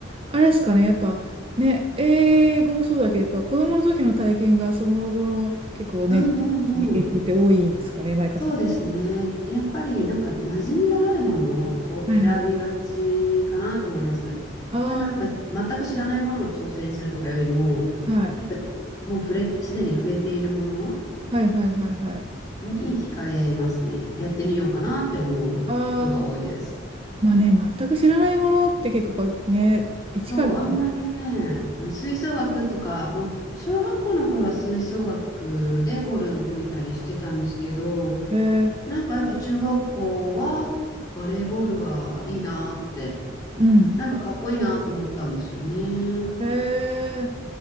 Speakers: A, on the right (about 30°); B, on the left (about 20°).
A: あれですかね、やっぱ、ね、英語もそうだけど、やっぱ子供の時の体験がその後の結構ね、
B: うんうんうん。
A: 影響って多いんですかね、マイカさん。
B: そうですね。やっぱりなんか馴染みがあるものを選びがちかなと思います。
A: はいあ
B: それはなんか全く知らないものを挑戦するとかよりも、
A: あ、はい。
B: やっぱもう触れ、すでに触れているもの
A: はいはいはいはい。
B: に惹かれますね。やってみようかなって思うことが多いです。
A: ああ、まあね、全く知らないものって結構やっぱね、一からですね。
B: そう、あんまりね、あの吹奏楽とか、まあ、小学校の頃は吹奏楽でホルン吹いたりしてたんですけど、
A: えー、
B: なんかやっぱ中学校はバレーボールがいいなって、
A: うん。
B: なんかかっこいいなと思ったんですよね。
A: えー、